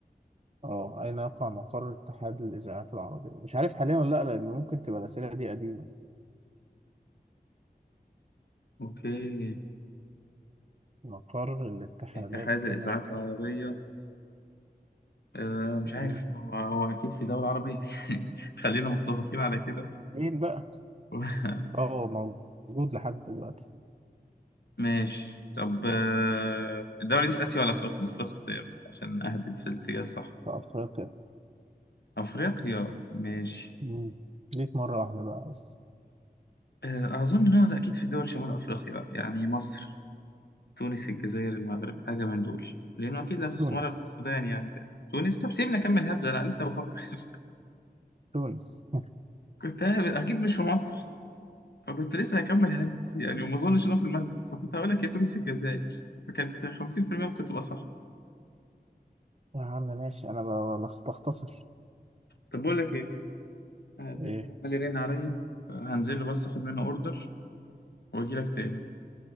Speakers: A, on the right; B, on the left.
A: اه أين يقع مقر اتحاد الإذاعات العربية؟ مش عارف حاليا ولا لأ لأن ممكن تبقى الأسئلة دي قديمة
B: أوكي
A: مقر الاتحادات
B: اتحاد
A: استنى
B: الإذاعات
A: أشوف
B: العربية
A: لك
B: أه مش عارف
A: مم.
B: هو, هو أكيد في دولة عربية <laughs> خلينا متفقين على كده
A: فين بقى؟
B: <laughs>
A: اه موجود لحد دلوقتي
B: ماشي طب آه، الدولة دي في آسيا ولا في أفريقيا؟ في أفريقيا طيب عشان أهبط في الاتجاه الصح
A: في أفريقيا
B: أفريقيا ماشي
A: مم. ليك مرة واحدة بقى بس
B: آه، أظن إن هو أكيد في دول شمال أفريقيا بقى، يعني مصر تونس الجزائر المغرب حاجة من دول لأنه أكيد لا في الصومال
A: تونس
B: ولا في السودان يعني تونس طب سيبني أكمل هبد أنا لسه بفكر <laughs>
A: تونس
B: كنت هبد. أكيد مش في مصر فكنت لسه هكمل هبد يعني وما أظنش إنه في المغرب فكنت هقول لك يا تونس الجزائر فكانت 50% ممكن تبقى صح
A: <laughs> يا عم ماشي أنا ب- ب- بخ- بختصر
B: طب بقول لك إيه أنا الدليفري
A: إيه
B: عمال يرن عليا هنزل له بس أخد منه أوردر وأجي لك تاني